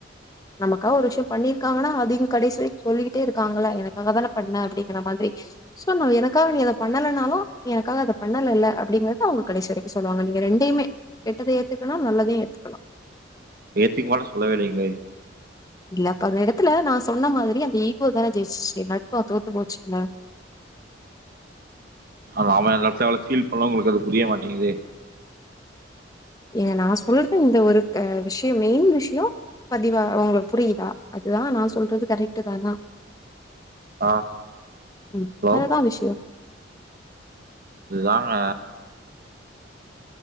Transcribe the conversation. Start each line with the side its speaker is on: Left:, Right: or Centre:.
Left: நமக்கா ஒரு விஷயோ பண்ணிருக்காங்கன்னா அதயு கடேசி வரைக்கு சொல்லிக்கிட்டே இருக்காங்கள எனக்காக தான பண்ண அப்டிங்கிற மாதிரி சோ நா எனக்காக நீ அத பண்ணலனாலு எனக்காக அத பண்ணலல்ல அப்டிங்கறத அவங்க கடைசி வரைக்கு சொல்லுவாங்க நீங்க ரெண் ரெண்டையுமே கெட்டத ஏத்துக்கணு நல்லதயு ஏத்துக்கணு
Right: ஏத்துக்க மாட்டேன்னு சொல்லவே இல்லைங்களே
Left: இல்ல அப்ப அந்த எடத்துல நா சொன்ன மாதிரி அந்த ஈகோ தான ஜெயிச்சிச்சி நட்பா தோத்து போச்சில்ல
Right: நாம அந்த எடத்ததுல எவ்ளோ ஃபீல் பண்ணோ அவுங்களுக்கு அது புரிய மாட்டேங்குதே
Left: ஏங்க நா சொல்ற இந்த ஒருக்க விஷயோ மெயின் விஷயோ பதிவா ஒங்களுக்கு புரியுதா அதுதா நா சொல்றது கரெக்ட் தானா
Right: ஆ
Left: ம்
Right: ஹலோ
Left: அதுதா விஷயோ
Right: இதுதாங்க